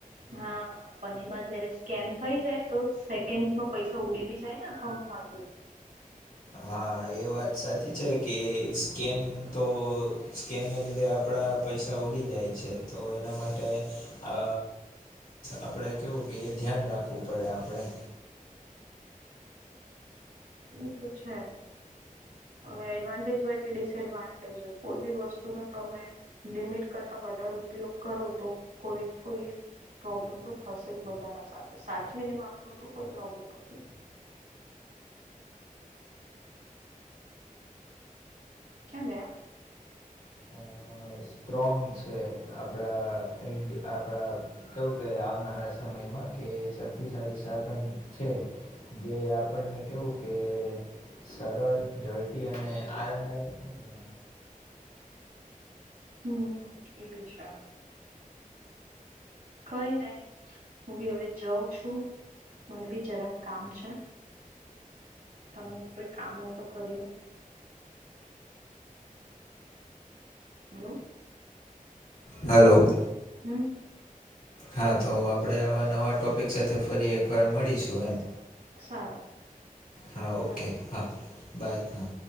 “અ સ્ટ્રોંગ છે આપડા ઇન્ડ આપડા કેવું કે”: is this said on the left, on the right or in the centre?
Left